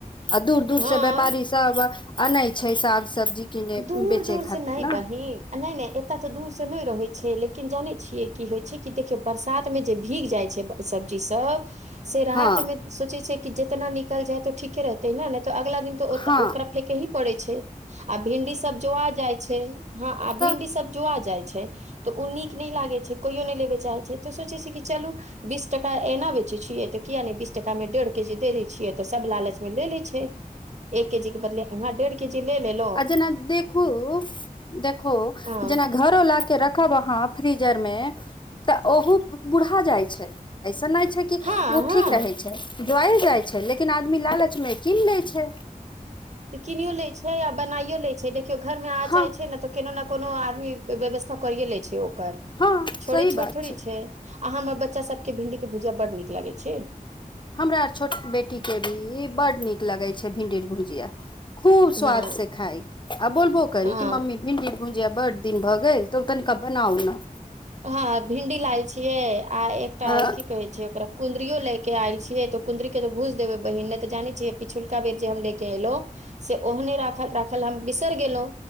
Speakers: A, on the left; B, on the right.
A: आ दूर- दूर
B: हँ
A: से व्यापारी सब अनै छै साग - सब्जी। किने
B: दूर
A: बेचे
B: -दूर
A: खातिर
B: से नै
A: ने
B: बहिन नै नै एतय तऽ दूर से नै रहै छै लेकिन जानै छियै की होइ छै कि देखियौ बरसात मे जे भीग जाइ छै सब्जी सब से रात
A: हँ
B: में सोचे छै, कि जेतना निकल जाय तो ठीक ठीके रहते न ने तऽ अगला दिन तऽ
A: हँ
B: ओकरा फेके ही पड़े छै। आ भिंडी सब जोआ जाइ छै, हँ आ
A: तऽ
B: भिंडी सब जोआ जाइ छै। तऽ ओ नीक नई लागैत छै कोयो नई लेबय चाहैत छै, तऽ सोचैत छी, कि चलू बीस टाका एना बेचै छियै तऽ किया नै बीस टाकामे डेढ़ के जी दे दै छियै तऽ सभ लालचमे ले लैत छै। एक के जी के बदले हँ डेढ़ के जी ले ले लो
A: आ जेना देखू देखो
B: हँ
A: जेना घरो ला के रखब अहाँ फ्रीजर मे तऽ ओह बुढ़ा जाय छै, ऐसन नहि छै कि
B: हँ
A: ओ
B: हँ
A: ठीक रहै छय, जोइल जाइ छै, लेकिन आदमी लालचमे कीन लै छै।
B: त किनियो लै छै, आ बनाइयो लै छै, देखियौ घरमे आ
A: हँ
B: जाह छै न तऽ, कोनो ने कोनो आदमी व्यवस्था करे ले छै, ओकर
A: हँ
B: छोड़े
A: सही बात
B: छोड़ थोड़ी छै। आँ हमर बच्चा सभके भिंडी के भुजिया बड्ड नीक लगै छै।
A: हमरा छोट बेटीके भी बड्ड नीक लगै छै, भिण्डी भुजिआ। खूब स्वद
B: हँ
A: से खाय आ बोलबो करी
B: हँ
A: की मम्मी भिंडी भुजिया बड दिन भऽ गेल तऽ तनिका बनाउ न।
B: हँ भिंडी लैल छियै, आ एकटा
A: हँ
B: की कहे छै ओकरा कुद्रियो ले के आयलिय छिये, त कुद्ररी के तऽ भूज देबे बहिन नै त जाने छियै, पिछुलका बेर जे हम लेके एलहुँ से ओहने राखल राखल हम बिसइर गेलहुँ